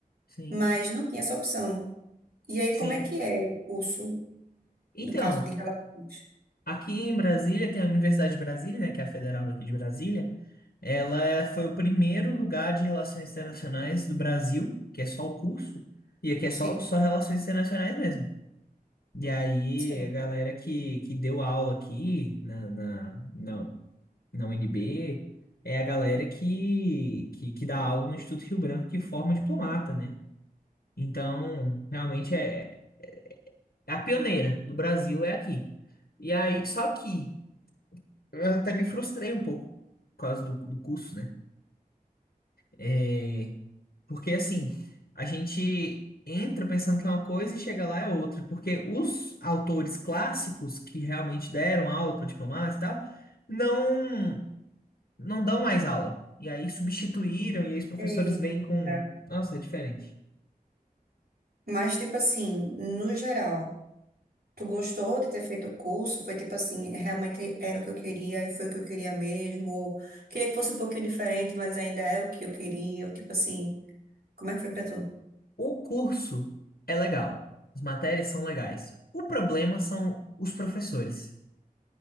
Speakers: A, on the left (about 80°); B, on the right (about 85°).
A: Sim,
B: mas não tinha essa opção. E aí,
A: sim.
B: como é que é o curso,
A: Então,
B: no caso de relações?
A: Aqui em Brasília tem a Universidade de Brasília, né, que é a federal aqui de Brasília. Ela é- foi o primeiro lugar de relações internacionais do Brasil, que é só o curso, e aqui é
B: Sim,
A: só, só relações internacionais mesmo. E aí,
B: sim.
A: a galera que, que deu aula aqui na, na, na, na UNB é a galera que, que, que dá aula no Instituto Rio Branco, que forma diplomata, né? Então, realmente é é a pioneira do Brasil é aqui. E aí, só que Eu até me frustrei um pouco por causa do, do curso, né? É, porque assim, a gente entra pensando que é uma coisa e chega lá é outra. Porque os autores clássicos que realmente deram aula para diplomatas e tal, não, não dão mais aula. E aí substituíram, e aí os professores
B: Eita.
A: vêm com. Nossa, é diferente.
B: Mas, tipo assim, no geral. Tu gostou de ter feito o curso? Foi tipo assim, realmente era o que eu queria e foi o que eu queria mesmo? Ou queria que fosse um pouquinho diferente, mas ainda é o que eu queria? Ou tipo assim, como é que foi pra tu?
A: O curso é legal, as matérias são legais. O problema são os professores,